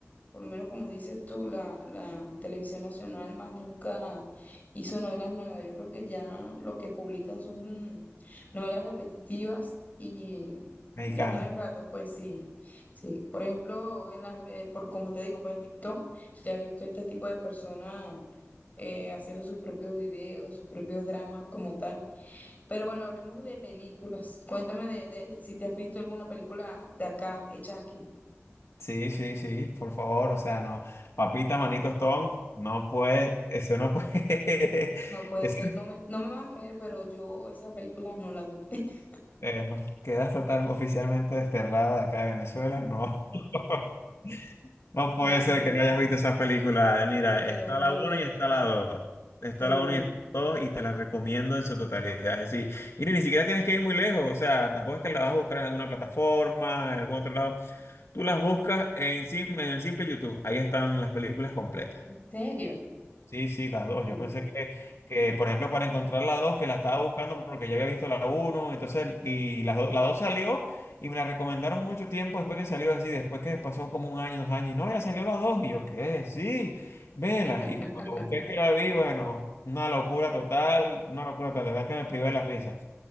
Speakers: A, on the left; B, on the left.
A: por lo menos como dices tú, la, la televisión nacional más nunca hizo novelas nuevas. Yo creo que ya lo que publican son mm, novelas repetitivas y
B: Mexicana.
A: ya tienen rato, pues sí, sí. Por ejemplo, en las redes, por, como te digo, pues en TikTok ya he visto este tipo de personas eh, haciendo sus propios videos, sus propios dramas como tal. Pero bueno, hablemos de películas. Cuéntame de, de si te has visto alguna película de acá, hecha aquí.
B: Sí, sí, sí, por favor, o sea, no, papita, manito, Stone, no puede, eso no puede,
A: No
B: <laughs>
A: puede
B: eso,
A: ser, no me, no me vas a creer, pero yo esa película no la vi. <laughs>
B: eh, no, quedas total oficialmente desterrada de acá de Venezuela, no. <laughs> No puede
A: No,
B: ser
A: no,
B: que no hayas visto esa película. Mira,
A: te
B: está
A: lo juro,
B: la uno
A: de
B: y está
A: verdad,
B: la 2. Está
A: te
B: la
A: lo
B: uno
A: juro.
B: y está la 2 y te la recomiendo en su totalidad. Es decir, y ni ni siquiera tienes que ir muy lejos. O sea, tampoco es que la vas a buscar en alguna plataforma, en algún otro lado. Tú las buscas en, sim- en el simple YouTube. Ahí están las películas completas.
A: ¿En serio?
B: Sí, sí, las dos.
A: Bueno,
B: Yo pensé que, que, por ejemplo, para encontrar la dos, que la estaba buscando porque ya había visto la uno, entonces, y la, do- la dos salió y me la recomendaron mucho tiempo después que salió así, después que pasó como un año, dos años, y no, ya salió la dos, y yo, ¿qué? Sí, vela.
A: <laughs>
B: Y cuando la busqué que la vi, bueno, una locura total, una locura total, la verdad que me privé de la risa.